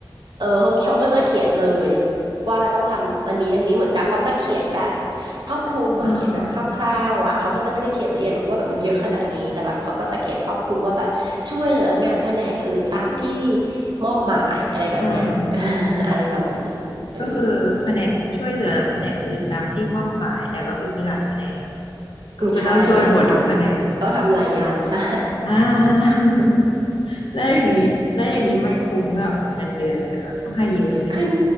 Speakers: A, on the right; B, on the left.
A: เออเขาเขาก็จะเขียนเลยว่าต้องทำอันนี้อันนี้เหมือนกับเขาจะเขียนแบบครอบคลุมอ่ะเขียนแบบคร่าวๆอ่ะเขาก็จะไม่ได้เขียนละเอียดหรอกว่าแบบมันเยอะขนาดนี้แต่แบบเขาก็จะเขียนครอบคลุมว่าแบบช่วยเหลืองานแผนกอื่นตามที่
B: อืมอืม
A: มอบหมายอะไรแบบเนี้ย
B: อืม
A: <laughs> อะไรประมาณนี้เออ
B: ก็คือแผนกช่วยเหลือแผนกอื่นตามที่มอบหมายแต่ก็คือมีหลายแผนก
A: อืมใช่แล้วก็คือทำก็ทำหลายอย่าง
B: ก็คือต้องช่วยหมดทุกแผนก
A: <laughs> ใช่
B: อ่า <laughs> แล้วอย่างนี้แล้วอย่างนี้มันคุ้มกับเงินเดือนไหมคะเขาให้เยอะไหม
A: ขึ้น